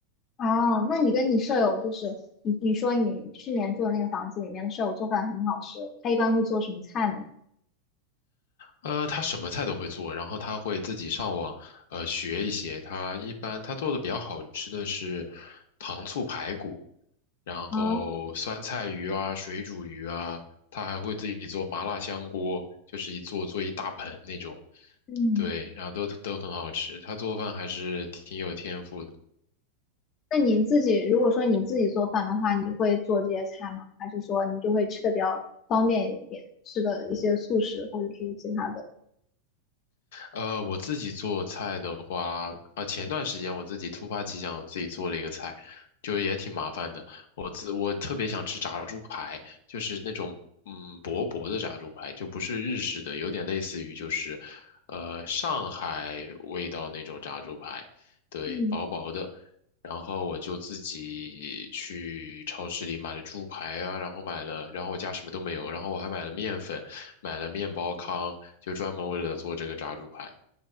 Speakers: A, on the left (about 35°); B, on the left (about 75°).
A: 哦，那你跟你舍友就是你你说你去年住的那个房子里面的舍友做饭很好吃，他一般会做什么菜呢？
B: 呃，他什么菜都会做，然后他会自己上网呃学一些。他一般他做的比较好吃的是糖醋排骨。然后酸菜鱼啊、
A: 啊，
B: 水煮鱼啊，他还会自己做麻辣香锅，就是一做做一大盆那种，
A: 嗯。
B: 对，然后都都很好吃。他做饭还是挺有天赋的。
A: 那你自己如果说你自己做饭的话，你会做这些菜吗？还是说你就会吃的比较方便一点，吃的一些素食或者是其他的？
B: 呃，我自己做菜的话，啊、前段时间我自己突发奇想，我自己做了一个菜，就是也挺麻烦的。我自我特别想吃炸猪排，就是那种嗯薄薄的炸猪排，就不是日式的，有点类似于就是呃上海味道那种炸猪排，对，
A: 嗯，
B: 薄薄的。然后我就自己去超市里买了猪排啊，然后买了，然后我家什么都没有，然后我还买了面粉，买了面包糠。就专门为了做这个炸猪排。